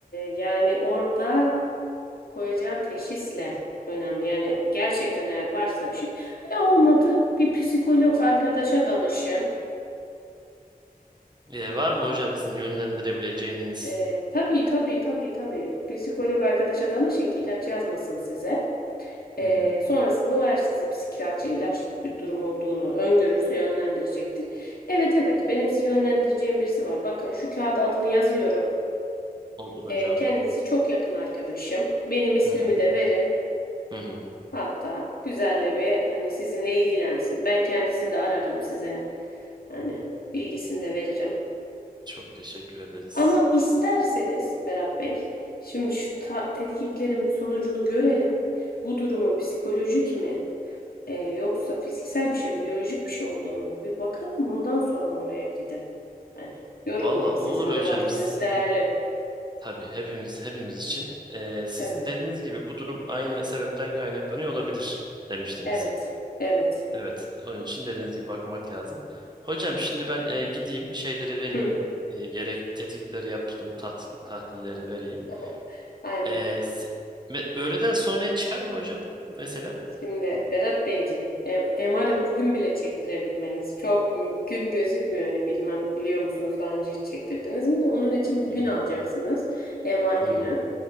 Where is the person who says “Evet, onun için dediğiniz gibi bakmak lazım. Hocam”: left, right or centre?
Right